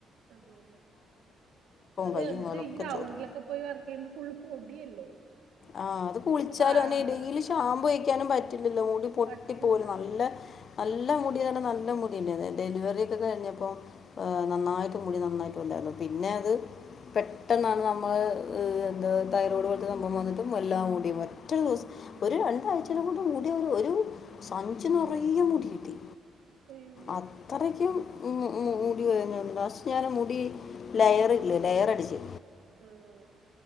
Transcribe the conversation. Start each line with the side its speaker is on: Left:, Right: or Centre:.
Right: അതേല്ലേ അതെ
Left: കൈയും
Right: എന്നുവെച്ചാ
Left: കാലൊക്കെ
Right: ഈ ഗ്രൗണ്ടിലൊക്കെ
Left: ചൊറി
Right: പോയി വർക്കിയിമ്പോ ഫുള്ള് പൊടിയല്ലേ
Left: ആ അത് കുളിച്ചാലും
Right: അപ്പൊ ആൾക്ക്
Left: അയിന് ഡെയിലി ഷാമ്പു
Right: ആഹ്
Left: തേയ്ക്കാനും പറ്റില്ലല്ലോ മുടി പൊട്ടിപ്പോവലും
Right: പറ്റൂല
Left: നല്ല നല്ല മുടിന്ന് പറഞ്ഞാ നല്ല മുടി ഇണ്ടായിന്നു, ഡെലിവെറിയൊക്കെ കഴിഞ്ഞപ്പോ ഏഹ് നന്നായിട്ട് മുടി നന്നായിട്ടു അല്ല <unintelligible> പിന്നെ അത് പെട്ടെന്നാണ് നമ്മള് ഏഹ് എന്താ തൈറോയ്ഡ് പോലത്തെ സംഭവം വന്നിട്ട് <unintelligible> എല്ലാം മുടി ഒറ്റൊരു ദിവസം ഒരു രണ്ടാഴ്ചനെ കൊണ്ട് മുടി ഒരു ഒരു സഞ്ചി നറയെ മുടി കിട്ടി
Right: അയ്യോ
Left: അത്രയ്ക്കും ഉം ഉം മുടി കൊഴിഞ്ഞ് ലാസ്റ്റ് ഞാൻ മുടി ലെയറില്ലേ ലെയറടിച്ച്
Right: ആഹ്